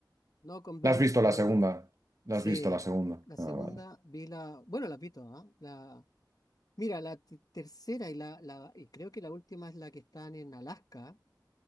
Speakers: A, on the left; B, on the right.
A: no convence.
B: ¿La has visto la segunda? ¿La
A: Sí,
B: has visto la segunda?
A: la segunda
B: Ah, vale.
A: vi la, bueno, la pito, ¿ah? La, mira, la te- tercera y la, la y creo que la última es la que están en Alaska